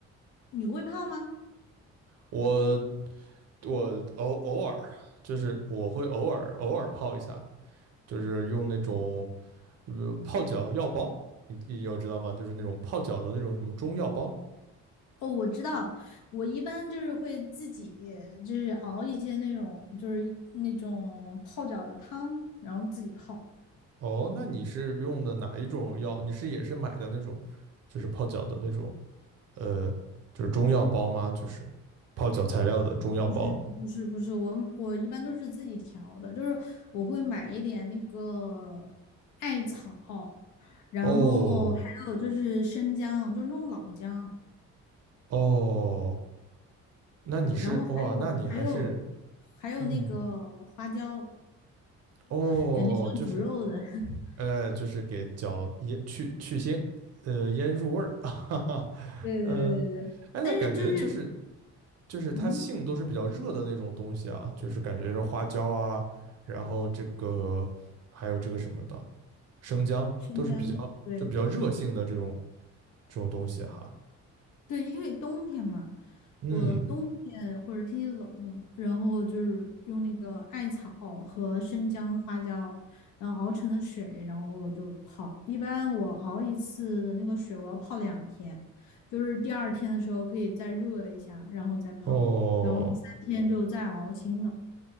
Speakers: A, on the left; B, on the right.
A: 你会泡吗？
B: 我我偶偶尔就是我会偶尔偶尔泡一下，就是用那种呃泡脚药包，你你有知道吗？就是那种泡脚的那种什么中药包。
A: 哦，我知道，我一般就是会自己就是熬一些那种就是那种泡脚的汤，然后自己泡。
B: 哦，那你是用的哪一种药？你是也是买的那种，就是泡脚的那种，呃，就是中药包吗？就是泡脚材料的中药包。
A: 不是不是不是，我我一般都是自己调的，就是我会买一点那个艾草，然后还有就哦是生姜，
B: 哦
A: 就是那种老姜，
B: 哦，那你是哇，
A: 对，然后还有还有
B: 那你还是
A: 还有那个花椒，
B: 嗯，哦，
A: 感觉像煮肉的，
B: 就是
A: <laughs>
B: 呃，就是给脚腌去去腥，呃，腌入味儿，<laughs> 哈哈，
A: 对对对对对，
B: 嗯，哎，
A: 但是就是
B: 那感觉就是就是它性都是比较热的那种东西啊，
A: 嗯，
B: 就是感觉是花椒啊，然后这个还有这个什么的生姜都是比较就比较热性的这种
A: 生姜，对，
B: 这种东西哈。
A: 对，因为冬天嘛，
B: 嗯，
A: 我冬天或者天气冷，然后就是用那个艾草和生姜、花椒，然后熬成的水，然后就是泡。一般我熬一次的那个水，我要泡两天，就是第二天的时候可以再热一下，然后再泡，
B: 哦，
A: 然后第三天就再熬新的。